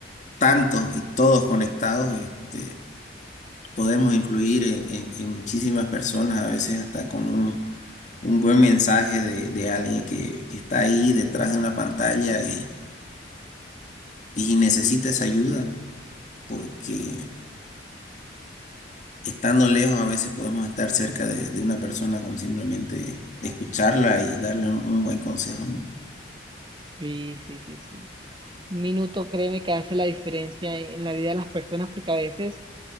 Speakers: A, on the left; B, on the right.
A: tantos y todos conectados este, podemos influir en, en- en muchísimas personas, a veces hasta con un, un buen mensaje de, de alguien que, que está ahí detrás de una pantalla y, y necesita esa ayuda, porque estando lejos a veces podemos estar cerca de, de una persona con simplemente escucharla y darle un, un buen consejo, ¿no?
B: Sí, sí, sí, sí. Un minuto, créeme que hace la diferencia en en la vida de las personas porque a veces